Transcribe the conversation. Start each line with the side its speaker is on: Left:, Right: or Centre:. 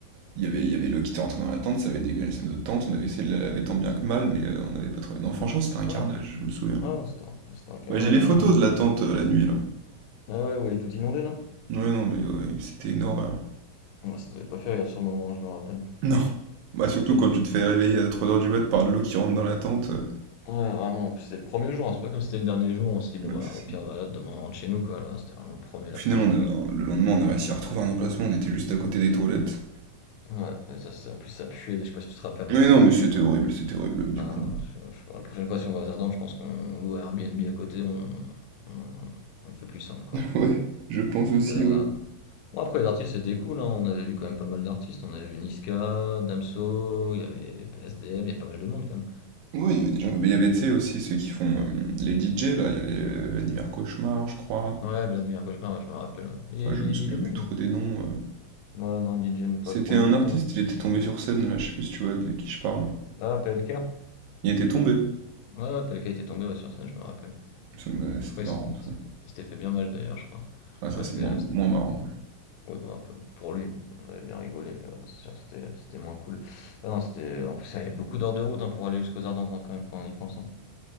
Right: il y avait, il y avait l'eau qui était rentrée dans la tente, ça avait dégueulassé notre tente, on avait essayé de la laver tant bien que mal, mais euh, on n'avait pas trouvé. Non, franchement, c'était un
Left: Ah
Right: carnage,
Left: non,
Right: je me souviens.
Left: ah non, c'était un, c'était un carnage.
Right: Bah j'ai les
Left: hein,
Right: photos
Left: moi, je te
Right: de
Left: dis-
Right: la tente euh, la nuit là.
Left: Ah ouais, ouais, il est tout inondé là?
Right: Ouais, non, mais ouais, c'était une horreur.
Left: Ouais, ça nous avait pas fait rire sur le moment, je me rappelle.
Right: Non. Bah surtout
Left: Pas
Right: quand
Left: du tout.
Right: tu te fais réveiller à trois heures du mat par de l'eau qui rentre dans la tente. euh,
Left: Ouais, vraiment. En plus, c'était le premier jour. hein, C'est pas comme si c'était le dernier jour. On s'est dit, bon,
Right: ouais,
Left: bah,
Right: c'est
Left: au pire,
Right: ça.
Left: voilà, demain, on rentre chez nous, quoi. Là, c'était vraiment le premier,
Right: Au
Left: la
Right: final,
Left: première
Right: on a-
Left: nuit, quoi.
Right: le lendemain, on a réussi à retrouver un emplacement, on était juste à côté des toilettes.
Left: Ouais, et ça, c'est- en plus, ça puait. Je sais pas si tu te rappelles, à un
Right: Mais
Left: moment, ça
Right: non,
Left: puait.
Right: mais c'était horrible, c'était horrible du
Left: Ah
Right: coup.
Left: non, je- je- la prochaine fois, si on va aux Ardennes, je pense qu'on loue un Airbnb à côté, on, on, on fait plus simple, quoi.
Right: Ouais, je pense aussi,
Left: Parce que là...
Right: ouais.
Left: Bon, après, les artistes, c'était cool, hein. On avait vu quand même pas mal d'artistes. On avait vu Niska, Damso, il y avait PSDM, il y a pas mal de monde, quand même.
Right: Ouais, il y avait des gens. Mais il y avait, tu sais, aussi ceux qui font euh, les DJ, là. Il y avait euh, Vladimir Cauchemar, je crois.
Left: Ouais, Vladimir Cauchemar, ouais, je me rappelle, ouais. Il, il
Right: Ouais, je me souviens
Left: est bon,
Right: plus trop
Left: lui.
Right: des noms. euh.
Left: Ouais, non, DJ, mais pas
Right: C'était
Left: trop
Right: un
Left: non plus,
Right: artiste,
Left: mais ouais.
Right: il était tombé sur scène, là. Je sais plus si tu vois de qui je parle.
Left: Ah, PLK.
Right: Il était tombé.
Left: Ouais, ouais, PLK était tombé ouais, sur scène, je me rappelle.
Right: Ça me- euh, C'était
Left: Je crois
Right: marrant,
Left: qu'il s-
Right: ça.
Left: il s'était fait bien mal, d'ailleurs, je crois.
Right: Ah, ça,
Left: Ouais,
Right: c'est
Left: c'était...
Right: moins, moins marrant,
Left: Ouais, bah, un peu pour lui, on avait bien rigolé, mais ouais, non, c'est sûr que c'était c'était moins cool. Ah non, c'était en plus, ça avait beaucoup d'heures de route hein, pour aller jusqu'aux Ardentes hein, quand même quand on y pense. hein.